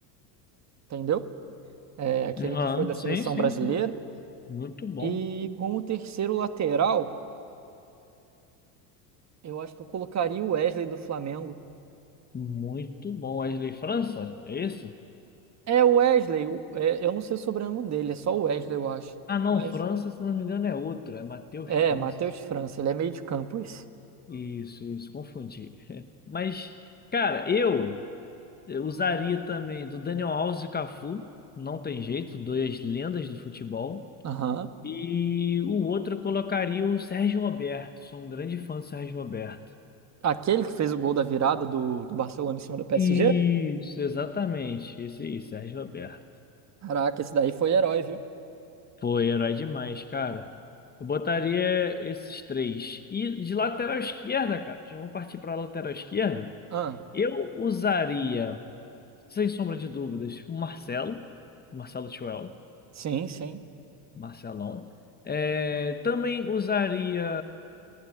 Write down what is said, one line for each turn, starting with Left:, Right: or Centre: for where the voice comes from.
Right: entendeu? É, aquele
Left: Aham,
Right: que foi da seleção
Left: Sim, sim,
Right: brasileira.
Left: sim. Muito bom.
Right: E como terceiro lateral, eu acho que eu colocaria o Wesley do Flamengo.
Left: Muito bom. Wesley França? É esse?
Right: É o Wesley, o- é, eu não sei o sobrenome dele, é só o Wesley, eu acho.
Left: Ah, não,
Right: Mas
Left: França, se não me engano, é outro. É Matheus
Right: é,
Left: França.
Right: Matheus França, ele é meio de campo isso.
Left: Isso, isso, confundi. <laughs> Mas, cara, eu eu usaria também do Daniel Alves e Cafu. Não tem jeito, duas lendas do futebol.
Right: Aham.
Left: E o outro eu colocaria o Sérgio Roberto. Sou um grande fã do Sérgio Roberto.
Right: Aquele que fez o gol da virada do, do Barcelona em cima do PSG?
Left: Isso, exatamente. Isso aí, Sérgio Roberto.
Right: Caraca, esse daí foi herói, viu?
Left: Foi herói demais, cara. Eu botaria esses três. E de lateral esquerda, cara, já vou partir para lateral esquerda.
Right: Ah,
Left: Eu usaria, sem sombra de dúvidas, o Marcelo. Marcelo Chuel.
Right: sim, sim.
Left: Marcelão. É, também usaria.